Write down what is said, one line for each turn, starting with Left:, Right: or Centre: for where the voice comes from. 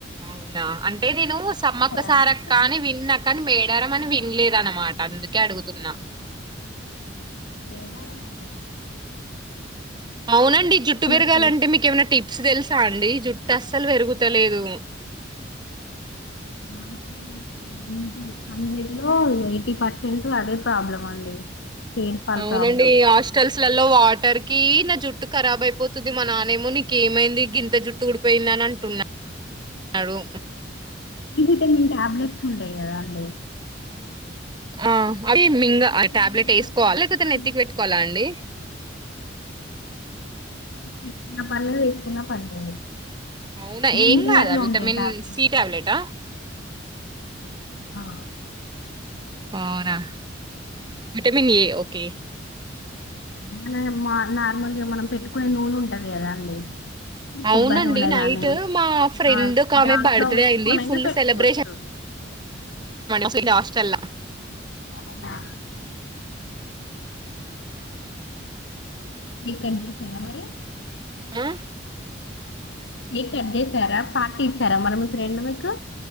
Right: అవును అంటే నేను సమ్మక్క సారక్క
Left: అండి మీరు
Right: నఅనీ విన్నా కానీ మే గర అని వినలేద అనమాట అందుకే అడుగుతున్నా
Left: ఏడార మాంటారు
Right: అవునండి జుట్టు పెరగాలంటే
Left: స్టేట్
Right: మీక ఏమైనా టిప్స్ తెలుసు సా అండి జుట్టు అస్సలు పెరుగుతలేదు
Left: నై హండ్రెడ్ లో ఎయిటీ పర్సెంట్ అదే ప్రాబ్లం అండి హెయిర్ ఫాల్
Right: అవునండి
Left: ప్రాబ్లం
Right: హాస్టల్స్ లలో వాటర్ కీ నా జుట్టు ఖరాబ్ అయిపోతుంది మా నానేమో నీక ఏమైంది గింత జుట్టు ఊడిపోయింద అని అంటున్నా న్నాడు
Left: డి విటమిన్ టాబ్లెట్స్ ఉంటాయి కదా అండి
Right: ఆ అ మింగ
Left: విటమిన్
Right: ఆ టాబ్లెట్
Left: ఈ ఉన్న
Right: వేసుకోవాలి
Left: ఫుడ్
Right: లేకపోతే
Left: ఎక్కువ
Right: నెత్తికి
Left: తీసుకోవాలి
Right: పెట్టుకోవాలా అండి
Left: పెట్టుకున్న పర్లేదు వేసుకున్న పర్లేదు
Right: అవునా
Left: గ్రీన్
Right: ఏం
Left: కలర్
Right: కాదా
Left: లో
Right: విటమిన్
Left: ఉంటాయి టాబ్లెట్స్
Right: సి టాబ్లెట్
Left: హ
Right: పవునా విటమిన్ ఏ ఓకే
Left: మన మా నార్మల్గా మనం పెట్టుకునే నూనే ఉంటది కదా అండి
Right: అవునండి
Left: కొబ్బరి నూనె
Right: నైట్
Left: గాని
Right: మా ఫ్రెండ్
Left: ఆ
Right: ఆమె
Left: దాంట్లో
Right: బర్త్డే
Left: వేసుకొనైనా
Right: అయింది ఫుల్
Left: పెట్టుకోవచ్చు
Right: సెలబ్రేషన్ అసలకి హస్టెల్లా
Left: అవునా ఇక్కండి ఎ మరి
Right: ఆ
Left: కేక్ కట్ చేసారా పార్టీ ఇచ్చారా మరి మీఫ్రెండ్ మీకు